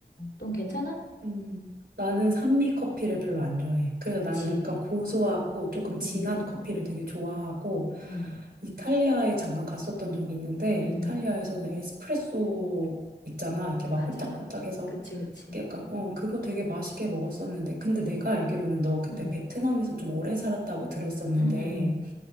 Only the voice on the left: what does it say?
넌 괜찮아?
그치.
응,
응,
응.
맞아.
그치, 그치.
응,
응, 응.